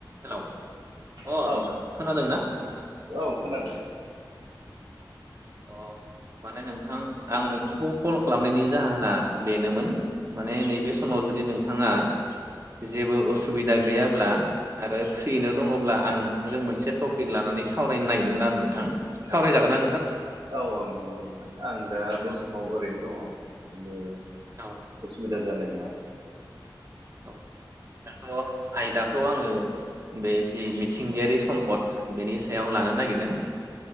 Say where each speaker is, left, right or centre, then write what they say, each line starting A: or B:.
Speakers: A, on the right; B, on the right.
A: Hello अ
B: औ
A: नोंथां खोनादों ना नोंथां
B: औ खोनादों
A: अ माने नोंथां आं नोंथांखौ कल खालामनायनि जाहोना बेनोमोन। माने नैबे समाव जुदि नोंथांङा जेबो उसुबिदा गैयाब्ला आरो फ्रियैनो दङ'ब्ला आं नोंथांजों मोनसे टपिक लानानै सावरायनो नागिरदोंमोन आरो नोंथां
B: नोंगौ
A: सावरायजागोन
B: नोंथां
A: ना
B: औ औ नंगौ नोंथां आं दा बे
A: औ
B: समाव समाव ओरैनो दङ'
A: <unintelligible>
B: उसु बिदा जानाय नंआ
A: औ दाथ' आयदाखौ आंङो। बे जि मिथिंगायारि सम्पद बेनि सायाव लानो नागिरदों